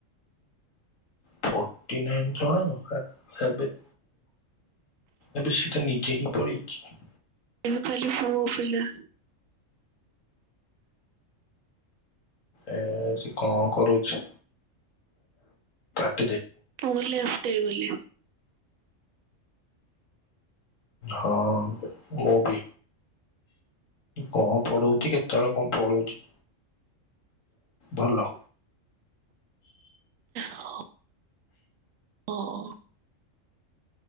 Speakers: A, on the left; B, on the right.
A: ଫୋର୍ଟି ନାଇନ୍ ଜଣକ <unintelligible> ଏବେ ସେଟା ନିଜେ ହିଁ ପଳେଇଚି।
B: ଏମ ଖାଲି ପୁଅ ପିଲା।
A: ଏ ସେ କଣ କରୁଛ ଥା
B: ମୁଁ ଲେଫ୍ଟ୍ ହେଇଗଲି।
A: ହଁ ମୁଁ ବି। କଣ ପଢଉଛି କେତେବେଳେ କଣ ପଳଉଛି? ଭଲ।
B: ହଁ। ହଁ।